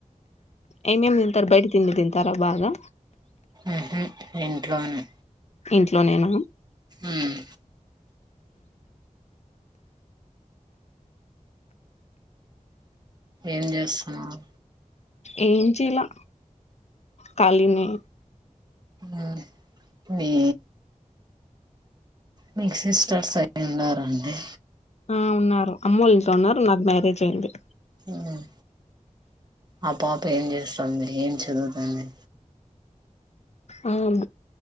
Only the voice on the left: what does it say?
ఏ మేం తింటరు బయట తిండి తింటారా బాగా
ఇంట్లోనేన
ఏం చేయలె ఖళీనే
ఆ ఉన్నారు అమ్మోలెట్లో ఉన్నారు నాక్ మ్యారేజ్ అయ్యంది
ఉమ్